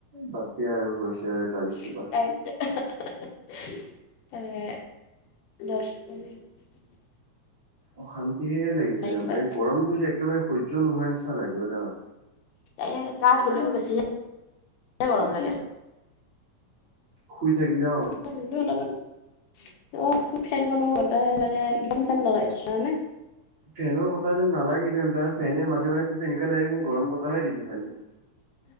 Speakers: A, on the right; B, on the left.
A: বাদ দিয়া আৰু হৈছে। তাৰিখ
B: <inaudible>
A: কিবা।
B: তাকে <unintelligible>
A: অশান্তিহে লাগিছে
B: কিবা
A: এই গৰমটো যে একেবাৰে সহ্য নোহোৱাৰ নিচিনা লাগে অ' জানা!
B: এই গা ধুলেও বেছি হে গৰম লাগে আৰু।
A: শুই থাকিলে অ'।
B: <unintelligible> অ' ফেনখনো বতাহে নালাগে দুখন ফেন লগাই দিছো জানানে।
A: ফেনৰ বতাহ যেন নালাগে যেন ফেনে মাজে মাজেতো তেনেকুৱা লাগে যে গৰম বতাহে দিছে ফেনে।